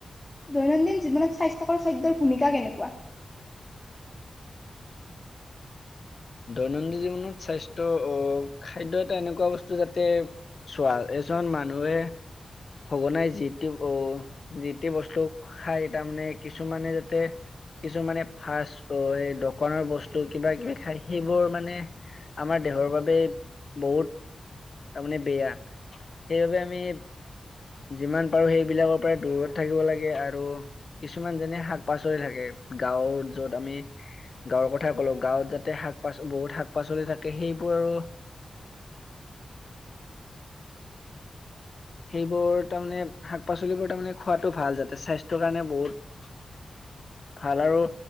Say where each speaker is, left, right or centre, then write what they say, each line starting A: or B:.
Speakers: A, on the left; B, on the left.
A: দৈনন্দিন জীৱনত স্বাস্থ্যকৰ খাদ্যৰ ভূমিকা কেনেকুৱা।
B: দৈনন্দিন জীৱনত, স্বাস্থ্য আহ খাদ্য এটা এনেকুৱা বস্তু যাতে চোৱা এজন মানুহে। সঘনাই যিটো যিটো বস্তু খাই তাৰমানে কিছুমানে যাতে কিছুমানে ফচফুত, আহ সেই দোকানৰ বস্তু, কিবা কিবি খাই সেইবোৰ মানে আমাৰ দেহৰ বাবে বহুত তাৰমানে বেয়া সেইবাবে আমি। যিমান পাৰো সেইবিলাকৰ পৰাই দূৰত থাকিব লাগে। আৰু কিছুমান যেনে শাক পাচলি থাকে, গাঁৱৰ যত আমি গাঁৱৰ কথা কলো গাঁৱত যাতে শাক পাচলি বহুত শাক পাচলি থাকে সেইবোৰ আৰু। সেইবোৰ তাৰমানে, শাক পাচলিবোৰ তাৰমানে খোৱাতটো ভাল যাতে স্বাস্থ্যৰ কাৰণে বহুত ভাল, আৰু